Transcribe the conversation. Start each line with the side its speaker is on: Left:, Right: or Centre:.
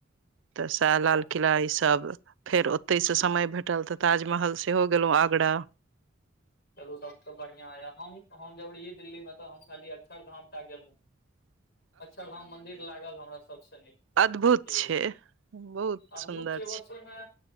Right: तऽ साह लाल
Left: ओके
Right: किला ई सब। फेर ओतैसँ समय भेटल तऽ ताजमहल सेहो गेलहुँ आगरा।
Left: चलू सभसँ बढ़िआँ यए हम हम जब रहियै दिल्लीमे तऽ हम खालियी अक्षरधाम टा गेलहुँ। अक्षरधाम मन्दिर लागल हमरा सभस नीक जी।
Right: अद्भुत छै बहुत
Left: अद्भुत
Right: सुन्दर
Left: छै वर्षोमे।